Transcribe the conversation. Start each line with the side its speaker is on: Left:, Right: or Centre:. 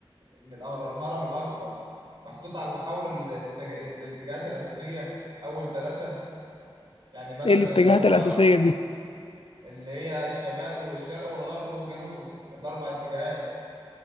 Right: ان الأهر- الهرم الاكبر محطوط على المحاور ال- الاتجاه- الاتجاهات الاساسيه اول ثلاثه يعني مثلا
Left: ايه الاتجاهات
Right: اللي هو
Left: الاساسيه دي
Right: اللي هي الشمال والشرق والغرب والجنوب الاربع اتجاهات